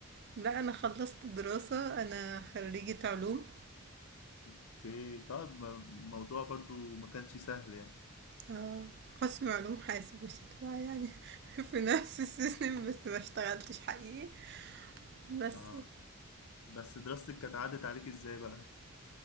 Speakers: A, on the right (about 50°); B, on the left (about 75°).
A: لا انا خلصت دراسه انا خريجه علوم
B: اوكي طيب ما- الموضوع برضو ما كانش سهل يعني
A: آه، قسم علوم حاسب مش انتباه يعني <laughs> في نفس السيستم بس ما اشتغلتش حقيقي بس
B: اه
A: يعني.
B: بس دراستك كانت عدت عليك ازاي بقى؟